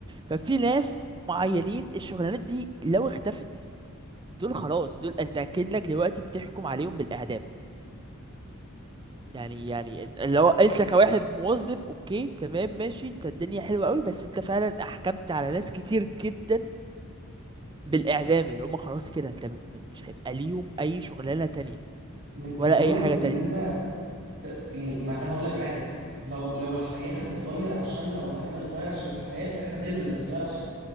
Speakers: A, on the right; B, on the right.
A: ففي ناس معينين الشغلانات دي لو اختفت دول خلاص دول انت اكنك دلوقتي بتحكم عليهم بالاعدام يعني يعني لو انت كواحد موظف اوكي تمام ماشي انت الدنيا حلوه قوي بس انت فعلا احكمت على ناس كتير جدا بالاعدام اللي هم خلاص كده انت م- مش هيبقى ليهم اي شغلانه تانية
B: من انت
A: ولا
B: دورك
A: اي حاجه
B: ان
A: تانية
B: انت ت- يعني ما انا هقول لك حاجه لو لو الحياه هتتغير عشاننا ولا احنا نتغير عشان الحياه فاحنا دايما اللي نتغير عشان